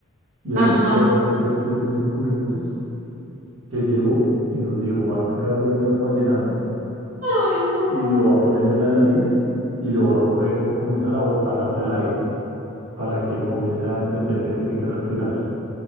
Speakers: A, on the right; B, on the right.
A: Y haz
B: Ajá.
A: de cuenta, fue cuestión de cinco minutos que llegó y nos dijo, va a sacar ahorita el vallenato
B: Ay, no.
A: y lo va a poner en la nariz y lo va a coger, comenzar a botar hacia el aire para que comience a entender que tiene que respirar.